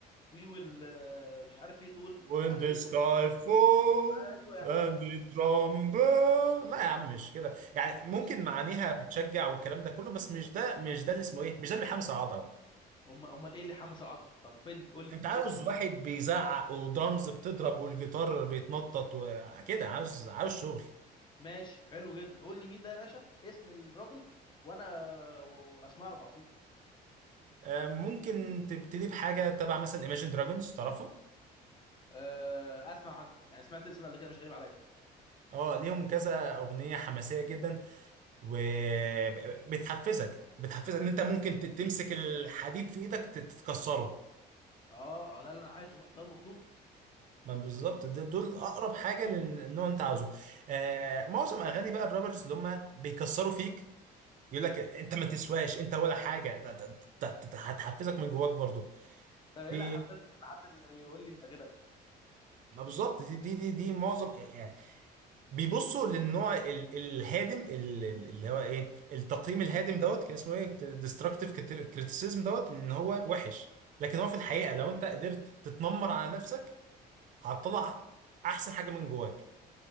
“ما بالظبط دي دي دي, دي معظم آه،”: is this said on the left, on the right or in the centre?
Right